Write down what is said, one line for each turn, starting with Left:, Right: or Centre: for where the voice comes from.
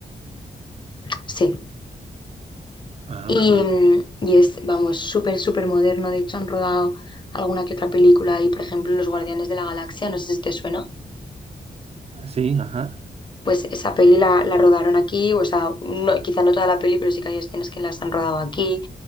Left: Sí.
Right: Ah,
Left: Y,
Right: ok.
Left: y es, vamos, súper, súper moderno. De hecho, han rodado alguna que otra película ahí, por ejemplo, Los Guardianes de la Galaxia, no sé si te suena.
Right: Ah, Sí, ajá.
Left: Pues esa peli la, la rodaron aquí, o sea, no- quizá no toda la peli, pero sí que hay escenas que las han rodado aquí.